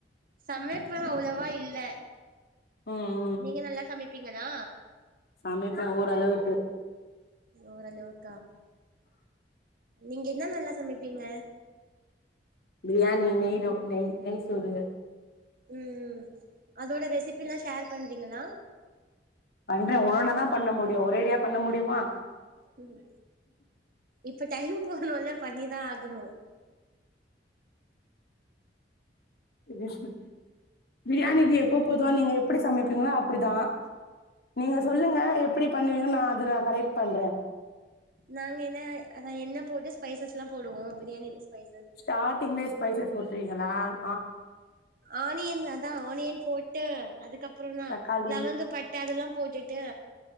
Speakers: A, on the right (about 55°); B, on the left (about 60°).
A: சமப்பே அவ்லவா இல்ல
B: ம்
A: நீங்க நல்லா சமப்பீங்களா
B: சமைபே ஓரளவுக்கு
A: ஓறளவுக்கா நீங்க என்ன நல்லா சமப்பீங்க
B: பிரியாணி நெய்த நெய் நெய் சோறு
A: ம் அதோட ரெசிபிலா ஷேர் பண்றீங்களா
B: பண்றே ஒவ்வொன்னா தா பண்ண முடியு ஒரேடியா பண்ண முடியுமா
A: ம் இப் ப டைம் போகணுல பண்ணிதா ஆகனு
B: அது சரி பிரியாணிக்கு எப்ப பொதுவா நீங்க எப்டி சமபிப் எல்லா அப்டிதா நீங்க சொல்லுங்க எப்டி பண்ணுவீங்க நா அது நா கரெட் பண்றே
A: நாங்க என்ன எண்ணெ போட்டு ஸ்பைசஸ்லா போடுவோ பிரியாணி ஸ்பைசஸ்
B: ஸ்டார்ட்டிங்லே ஸ்பைசஸ் போட்ருவிங்ளான்
A: ஆனியன் அதா ஆனியன் போட்டு அதுக்கப் றோனா
B: தக்காளி
A: லவங்க பட்ட அதெல்லா போட்டுட்டு